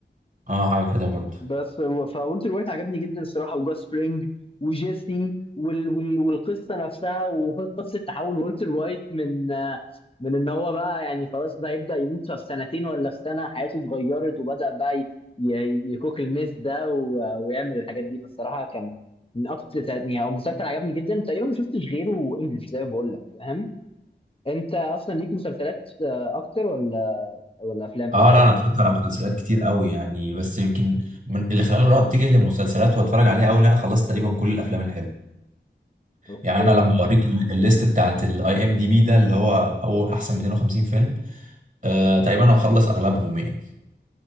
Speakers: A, on the right; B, on the left.
A: اه حاجه كده برضه
B: بس فولتر وايت عجبني جدا الصراحه وجاس سبرينج وجيسي وال... وال... والقصه نفسها وقصه تحول والتر وايت من آه، من ان هو بقى يعني خلاص ده هيبدا يموت في سنتين ولا في سنه حياته اتغيرت وبدا بقى ي... ي- يكوك الميس ده و... ويعمل الحاجات دي فالصراحه كان من اكتر يعني هو مسلسل عجبني جدا تقريبا ما شفتش غيره انجلش زي ما بقول لك فاهم انت اصلا ليك مسلسلات آه، اكتر ولا ولا افلام
A: اه
B: بتحب
A: لا انا اتفرجت على مسلسلات كتير قوي يعني بس يمكن من اللي خلاني اروح اتجه للمسلسلات واتفرج عليها قوي انا خلصت تقريبا كل الافلام الحلوه
B: اوكي
A: يعني انا لما اوريك ال- الليست بتاعت الاي ام دي بي ده اللي هو اول احسن 250 فيلم آه تقريبا انا مخلص اغلبهم يعني